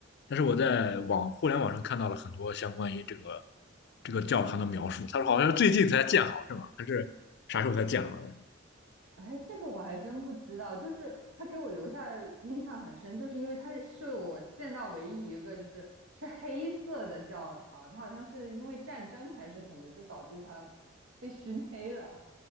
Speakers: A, on the left; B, on the right.
A: 但是我在网互联网上看到了很多相关于这个这个教堂的描述，他说好像最近才建好，是吗？还是啥时候才建好的？
B: 哎，这个我还真不知道。就是他给我留下的印象很深，就是因为他是我见到唯一一个就是是黑色的教堂，它好像是因为战争还是什么，就导致它被熏黑了。